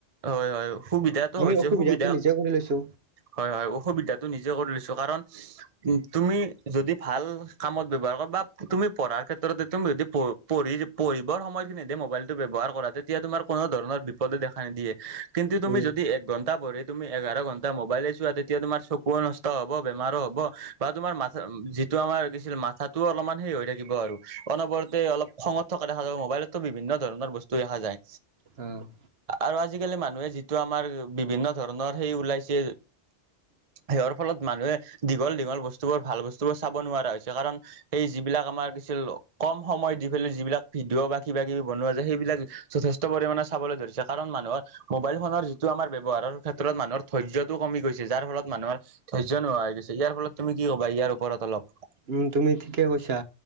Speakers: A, on the right; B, on the right.
A: হয় হয় সুবিধাটো
B: আমি
A: হৈছে
B: অসুবিধাটো
A: সুবিধা
B: নিজে কৰি লৈছো
A: হয় হয়, অসুবিধাতটো নিজে কৰি লৈছো কাৰণ উ তুমি যদি ভাল কামত ব্যৱহাৰ কৰা বা তুমি পঢ়াৰ ক্ষেত্ৰত তুমি যদি পঢ়ি পঢ়িবৰ সময়খিনিততে মোবাইলটো ব্যৱহাৰ কৰা তেতিয়া তুমাৰ কোনো ধৰণৰ বিপদে দেখা নিদিয়ে। কিন্তু তুমি
B: উম
A: যদি এক ঘন্টা পঢ়ি তুমি এঘাৰ ঘন্টা মোবাইলে চোৱা তেতিয়া তোমাৰ চকুও নষ্ট হ'ব বেমাৰো হ'ব বা তোমাৰ মাথা তটো আমাৰ কিছিল মাথাাতটোও অলপমান হেই হৈ থাকিব আৰু অনবৰতে অলপ খঙত থকা দেখা যায়াব মোবাইলতো বিভিন্ন ধৰণৰ বস্তু দেখা যায়।
B: অ'।
A: আৰু আজিকালি মানুহে যিটো আমাৰ বিভিন্ন ধৰণৰ সেই ওলাইছে সেই ফলত মানুহে দীঘল দীঘল বস্তুবোৰ ভাল বস্তুবোৰ চাব নোৱাৰা হৈছে কাৰণ এই যিবিলাক আমাৰ কিছু কম সময়ত যিবিলাক যিবিলাক ভিডিঅ' বা কিবা কিবি বনোৱা যায় সেইবিলাক যথেষ্ট পৰিমাণে চাবলৈ ধৰিছে কাৰণ মানুহৰ মোবাইল ফোনৰ যিটো আমাৰ ব্যৱহাৰৰ ক্ষেত্ৰত মানুহৰ ধৈৰ্যতটো কমি গৈছে যাৰ ফলত মানুহৰ ধৈৰ্য নোহোৱা হৈ গৈছে, ইয়াৰ ফলত তুমি কি ক'বা ইয়াৰ ওপৰত অলপ?
B: উম, তুমি ঠিকে কৈছা